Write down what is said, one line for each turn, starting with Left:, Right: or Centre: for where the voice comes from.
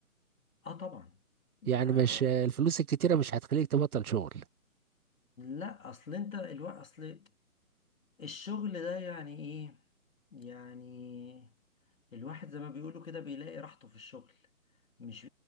Left: آه طبعا
Right: يعني
Left: آه
Right: مش الفلوس الكتيرة مش هتخليك تبطل شغل
Left: لا أصل أنت الوقت أصل الشغل ده يعني ايه يعني الواحد زي ما بيقولوا كده بيلاقي راحته في الشغل مش